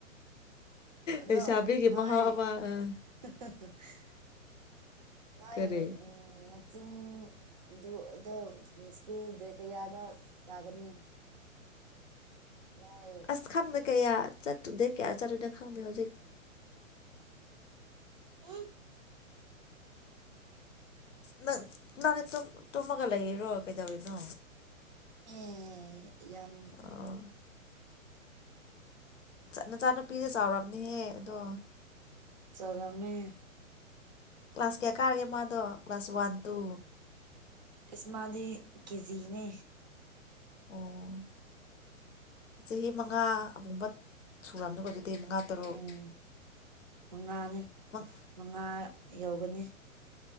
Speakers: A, on the right; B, on the left.
A: ꯑꯗꯣ
B: ꯂꯩꯁꯥꯕꯤꯒꯤ
A: ꯅꯣꯏ
B: ꯃꯍꯥꯎ ꯑꯃ ꯑꯥ
A: <unintelligible> <unintelligible>
B: ꯀꯔꯤ
A: ꯆꯤꯡꯗꯨꯗꯣ ꯁꯀꯨꯜꯗ ꯀꯌꯥꯗ ꯀꯥꯒꯅꯤ ꯅꯣꯏ
B: ꯑꯁ ꯈꯪꯗꯦ ꯀꯌꯥ ꯆꯠꯇꯨꯗꯦ ꯀꯌꯥ ꯆꯠꯇꯂꯨꯅꯣ ꯈꯪꯗꯦ ꯍꯧꯖꯤꯛꯇ
A: <unintelligible>
B: ꯅꯪ ꯅꯪꯅꯦ ꯇꯨꯝꯃꯒ ꯂꯩꯔꯣ ꯀꯩꯗꯧꯔꯤꯅꯣ
A: ꯑ ꯌꯥꯝ
B: ꯑꯥ ꯅꯆꯥꯅꯨꯄꯤꯁꯦ ꯆꯥꯎꯔꯔꯕꯅꯤꯍꯦ ꯑꯗꯣ
A: ꯆꯔꯝꯃꯦ
B: ꯀ꯭ꯂꯥꯁ ꯀꯌꯥ ꯀꯥꯔꯒꯦ ꯃꯥꯗꯣ ꯀ꯭ꯂꯥꯁ ꯋꯥꯟ ꯇꯨ
A: ꯏꯁꯃꯥꯗꯤ ꯀꯖꯤꯅꯦ
B: ꯑꯣ ꯆꯍꯤ ꯃꯉꯥ ꯑꯕꯨꯡꯕ ꯁꯨꯔꯝꯗꯕ ꯑꯗꯨꯗꯤ ꯃꯉꯥ ꯇꯔꯨꯛ
A: ꯎꯝ ꯃꯉꯥꯅꯤ
B: ꯃꯪ
A: ꯃꯉꯥ ꯌꯧꯒꯅꯤ